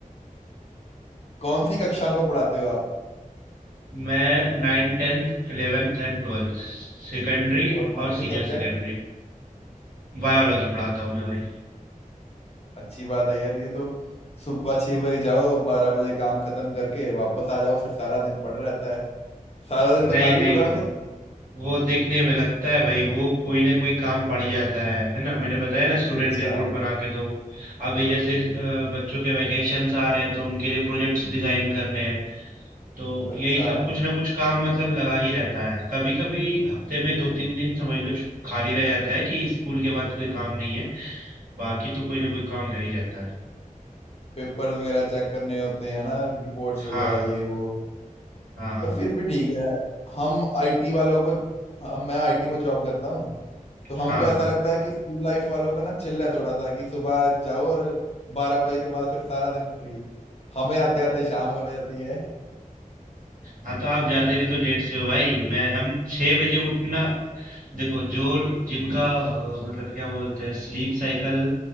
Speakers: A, on the left; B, on the right.
A: कौन सी कक्षाओं को पढ़ाते हो आप
B: मैं nine tenth eleventh and twelfth secondary
A: और कौन
B: और
A: से
B: सीनियर
A: सब्जेक्ट
B: सेकेंडरी बायोलॉजी पढ़ाता हूँ मैं भाई
A: अच्छी बात है यार ये तो सुबह छह बजे जाओ बारह बजे काम खत्म करके वापस आ जाओ फिर सारा दिन पड़ा रहता है सारा दिन तो
B: नहीं
A: खाली
B: नहीं
A: होगा फिर
B: वो, वो दिखने में लगता है भाई वो कोई ना कोई काम पड़ ही जाता है है ना मैंने बताया ना स्टूडेंट
A: अच्छा
B: रिपोर्ट बना के दो अभी जैसे अ, बच्चों के वैकेशंस आ रहे हैं तो उनके लिए प्रोजेक्ट्स डिजाइन करने हैं तो
A: अच्छा
B: यही सब कुछ ना कुछ काम मतलब लगा ही रहता है कभी कभी हफ्ते में दो तीन दिन समझ लो छु- खाली रह जाता है कि स्कूल के बाद कोई काम नहीं है बाकी तो कोई ना कोई काम रह ही जाता है
A: पेपर्स वगैरह चेक करने होते हैं ना रिपोर्ट्स वगैरह
B: हाँ
A: ये वो
B: हाँ
A: पर फिर भी ठीक है हम आईटी वालों को हम मैं आईटी में जॉब करता हूँ तो हमको
B: हाँ
A: ऐसा
B: हाँ
A: लगता है कि स्कूल लाइफ वालों का ना चिल है थोड़ा सा कि सुबह जाओ और बारह बजे के बाद फिर सारा दिन फ्री हमें आते आते शाम हो जाती है
B: हाँ तो आप जाते भी तो लेट से हो भाई मैं हम छह बजे उठना देखो जो जिनका अ, मतलब क्या बोलते हैं स्लीप साइकिल